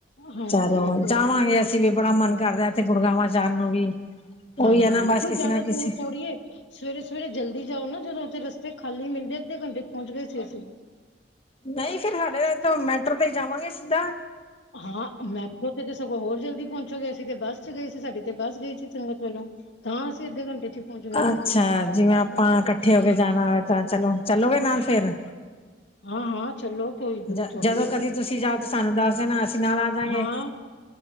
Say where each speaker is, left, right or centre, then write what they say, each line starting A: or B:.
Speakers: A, on the left; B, on the left.
A: ਹਾਂਜੀ
B: ਚਲੋ
A: ਫਿਰ
B: ਜਾਵਾਂਗੇ। ਅਸੀਂ
A: ਚਲੇਗਾ।
B: ਵੀ ਬੜਾ ਮਨ ਕਰਦਾ ਇੱਥੇ ਗੁੜਗਾਵਾਂ ਜਾਨ ਨੂੰ ਵੀ। ਉਹੀ
A: ਹਾਂਜੀ
B: ਹੈ ਨਾ ਬਸ
A: ਕੋਈ
B: ਕਿਸੇ
A: ਜਾਦਾ
B: ਨਾ ਕਿਸੇ
A: ਦੂਰ ਥੋੜ੍ਹੀ ਐ। ਸਵੇਰੇ-ਸਵੇਰੇ ਜਲਦੀ ਜਾਓ ਨਾ ਜਦੋਂ ਓਥੇ ਰਸਤੇ ਖਾਲੀ ਮਿਲਦੇ ਅੱਧੇ ਘੰਟੇ ਚ ਪੋਂਚ ਗਏ ਸੀ ਅਸੀਂ।
B: ਨਈ ਫਿਰ ਸਾਡੇ ਤਾਂ ਮੈਟਰੋ ਤੇ ਈ ਜਾਵਾਂਗੇ ਸਿੱਧਾ।
A: ਹਾਂ ਮੈਟਰੋ ਤੇ ਤੇ ਸਗੋਂ ਹੋਰ ਜਲਦੀ ਪੋਂਚੋਗੇ ਅਸੀਂ ਤੇ ਬੱਸ ਚ ਗਏ ਸੀ ਸਾਡੇ ਤੇ ਬੱਸ ਗਈ ਸੀ ਸੰਗਤ ਵੱਲੋਂ। ਤਾਂ ਅਸੀਂ ਅੱਧੇ ਘੰਟੇ ਚ ਪਹੁੰਚ ਗਏ
B: ਅੱਛਾ
A: ਸੀ ਬੱਸ
B: ਜਿਵੇਂ ਆਪਾਂ
A: ਬੱਸ ਤੋਂ ਜਲਦੀ
B: ਇਕੱਠੇ ਹੋ ਕੇ ਜਾਨਾ ਹੋਵੇ ਤਾਂ ਚਲੋ ਚੱਲੋਗੇ ਨਾਲ ਫੇਰ?
A: ਹਾਂ-ਹਾਂ ਚਲੋ। ਕੋਈ ਦੂਰ
B: ਜ
A: ਥੋੜ੍ਹੀ
B: ਜਦੋਂ ਕਦੀ
A: ਏ
B: ਤੁਸੀਂ ਜਾਓ ਤਾਂ ਸਾਨੂੰ ਦੱਸ ਦੇਣਾ, ਅਸੀਂ ਨਾਲ ਆ ਜਾਂਗੇ।
A: ਹਾਂ